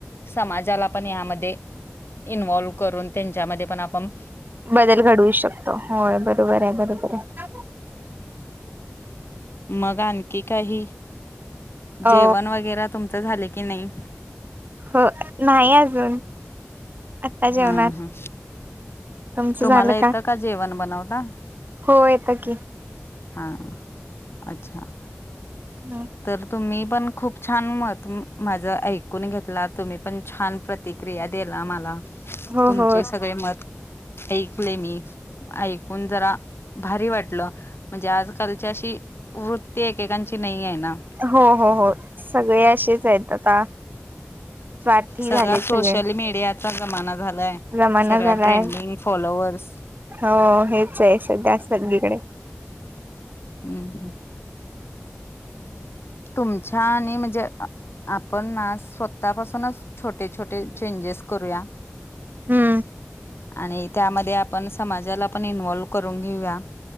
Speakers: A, on the left; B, on the right.
A: समाजाला पण यामध्ये इन्वॉल्व करून त्यांच्यामध्ये पण आपण
B: बदल घडवू शकतो होय बरोबर आहे बरोबर आहे.
A: मग आणखी काही जेवण
B: अ
A: वगैर तुमचं झालं की नाही.
B: हो नाही अजून आत्ता
A: हा
B: जेवणार
A: हा.
B: तुमचं
A: तुम्हाला
B: झालं
A: येतं का जेवण बनवता.
B: हो येतं की
A: हा अच्छा.
B: हा.
A: तर तुम्ही पण खूप छान मत माझं ऐकून घेतला तुम्ही पण छान प्रती क्रिया दिला मला
B: हो
A: तुमचे
B: हो
A: सगळे मत ऐकले मी ऐकून जरा भारी वाटलं. म्हणजे आजकालची अशी वृत्ती एकेकांची नाही आहे ना.
B: हो हो हो सगळे असेच आहेत आता स्वार्थी
A: सगळा
B: झालेत
A: सोशल
B: सगळे
A: मीडियाचा जमाना झालाय
B: जमाना
A: सगळ
B: झालाय
A: ट्रेंडिंग फॉलोअर्स
B: हो हेच आहे सध्या संळीकडे
A: हम्म हम्. तुमच्या आणि म्हणजे आपण ना. स्वतःपासूनच छोटे छोटे चेंजेस करूया.
B: हम्म
A: आणि त्यामध्ये आपण समाजाला पण इन्वॉल्व करून घेऊया.